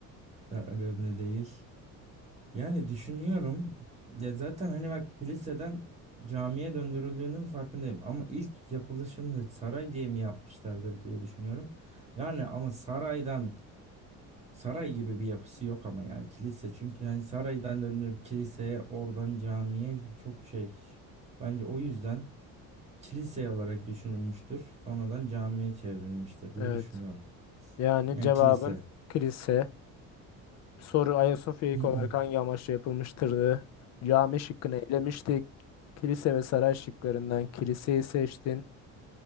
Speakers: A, on the right (about 20°); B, on the left (about 55°).
A: Ya, önemli değil. Yani düşünüyorum. Ya zaten hani bak kiliseden camiye döndürüldüğünün farkındayım. Ama ilk yapılışını saray diye mi yapmışlardır diye düşünüyorum. Yani ama saraydan saray gibi bir yapısı yok ama ya kilise. Çünkü hani saraydan döndürüp kiliseye oradan camiye çok şey. Bence o yüzden kilise olarak düşünülmüştür. Sonradan camiye çevrilmiştir diye
B: Evet.
A: düşünüyorum.
B: Yani
A: Yani
B: cevabın
A: kilise.
B: kilise. Soru Ayasofya ilk
A: Hı hı.
B: olarak hangi amaçla yapılmıştırdı? Cami şıkkını elemiştik. Kilise ve saray şıklarından kiliseyi seçtin.